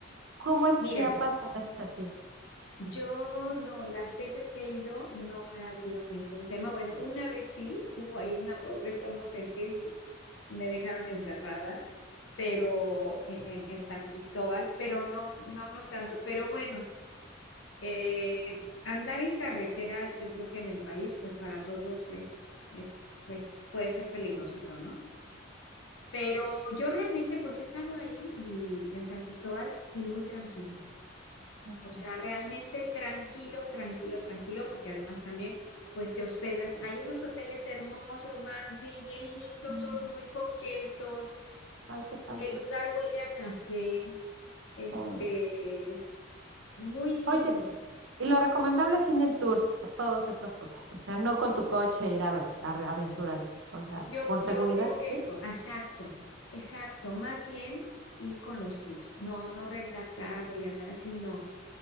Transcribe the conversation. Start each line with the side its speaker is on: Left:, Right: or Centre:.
Right: ¿cómo es
Left: mira,
Right: Chiapas en ese sentido?
Left: yo no, las veces que he ido no ha habido ningún tema, bueno, una vez sí, hubo ahí una protesta, no sé qué, y me dejaron encerrada, pero en, en en San Cristóbal, pero no, no, no tanto, pero bueno. Eh, andar en carretera, yo creo que en el país, pues para todos es, es, pues puede ser peligrosito, ¿no? Pero yo realmente, pues he estado ahí y en San Cristóbal y muy tranquilo.
Right: Ok.
Left: O sea, realmente tranquilo, tranquilo, tranquilo, porque además también, pues te hospedas. Hay unos hoteles hermosos, Magdi, bien lindos,
Right: Mm,
Left: todos muy coquetos.
Right: Ay, qué padre.
Left: El lugar huele a café, este,
Right: Oh.
Left: muy lindo.
Right: Oye, Y lo recomendable es ir en tours a todas estas cosas. O sea, no con tu coche ir a ver, a re- aventurarte. O sea,
Left: Yo,
Right: por seguridad,
Left: yo creo que
Right: ¿sí?
Left: eso, exacto, exacto, más bien ir con los tours, no, no rentar carro y andar así, no.